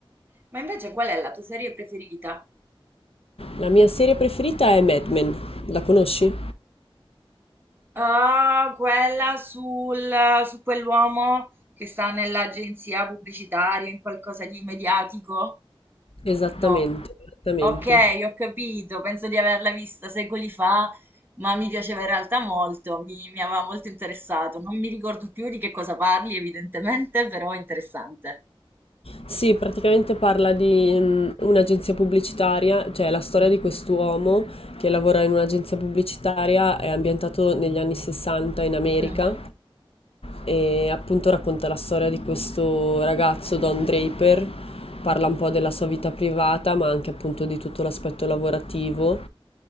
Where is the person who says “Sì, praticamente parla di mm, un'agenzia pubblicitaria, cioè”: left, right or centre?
Left